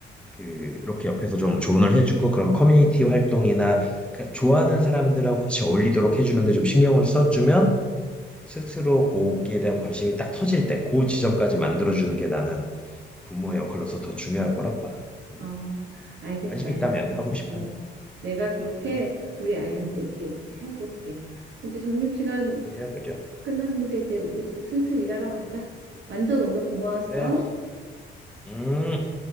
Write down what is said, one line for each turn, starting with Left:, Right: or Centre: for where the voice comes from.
Centre: 그 이렇게 옆에서 좀 조언을 해주고 그런 커뮤니티 활동이나 그 좋아하는 사람들하고 같이 어울리도록 해주는데 좀 신경을 써주면 스스로 거기에 대한 관심이 딱 터질 때 그 지점까지 만들어주는 게 나는 부모의 역할로서 더 중요할 거라고 봐. 음.
Right: 어, 알겠어,
Centre: 관심
Right: 알겠어.
Centre: 이 있다면 하고 싶다면.
Right: 어, 내가 그렇게
Centre: 음.
Right: 우리 아이한테 얘기해 볼게. 이제 점심시간
Centre: 그래요, 그래요.
Right: 끝났는데 이제 우리도 슬슬 일하러 가자. 완전 오늘 고마웠어.
Centre: 그래. 음.